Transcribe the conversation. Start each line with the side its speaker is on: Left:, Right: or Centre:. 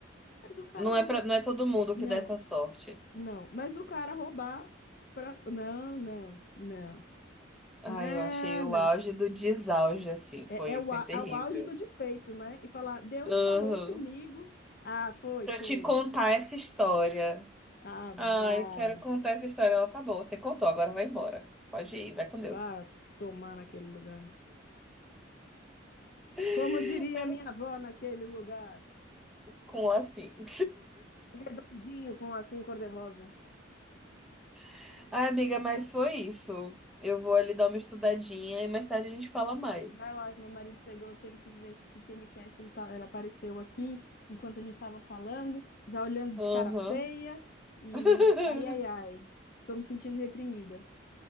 Left: mas o cara
Centre: Não
Left: roubou.
Centre: é pra, não é todo mundo
Left: Não,
Centre: que dá essa sorte.
Left: não, mas o cara roubar pra... Não, não, não,
Centre: Ai,
Left: não,
Centre: eu achei o
Left: não.
Centre: auge do desauge, assim. Foi,
Left: É, é o,
Centre: foi
Left: au-
Centre: terrível.
Left: é o auge do despeito, né? E falar, Deus
Centre: Aham.
Left: falou comigo. Ah, foi,
Centre: Pra
Left: foi.
Centre: te contar essa história.
Left: Ah,
Centre: Ai,
Left: vá,
Centre: quero contar essa história. Ela tá boa. você contou, agora vai embora. Pode ir, vai com Deus.
Left: vá tomar naquele lugar.
Centre: <laughs>
Left: Como diria
Centre: Né?
Left: minha avó naquele lugar,
Centre: Com o lacinho.
Left: redondinho com lacinho cor-de-rosa.
Centre: <laughs> Ai, amiga, mas foi isso. Eu vou ali dar uma estudadinha e mais tarde a gente fala mais.
Left: Vai lá, que meu marido chegou, eu tenho que ver o que, que ele quer, que ele, tá... ele apareceu aqui enquanto a gente estava falando, já olhando de
Centre: Aham.
Left: cara feia e
Centre: <laughs>
Left: ai, ai, ai, estou me sentindo reprimida.